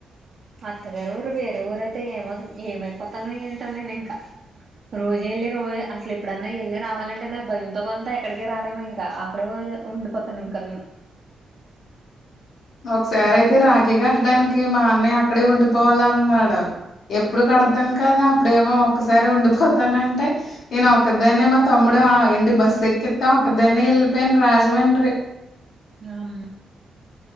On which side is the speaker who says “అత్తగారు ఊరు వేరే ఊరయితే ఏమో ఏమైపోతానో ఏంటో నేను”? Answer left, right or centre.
Right